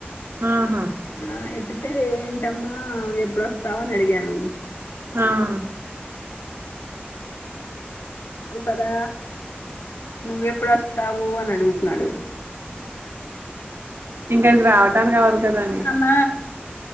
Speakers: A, on the right (about 70°); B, on the left (about 75°).
A: ఆహా
B: ఆ ఎత్తితే ఏంటమ్మా ఎప్పుడుొస్తావని అడిగాను
A: ఆా
B: వు కదా నువ్వెప్పుడు వస్తావు అని అడుగుతున్నాడు
A: ఇక్కడికి రావటానికి కావదు కదా అని
B: నాన్న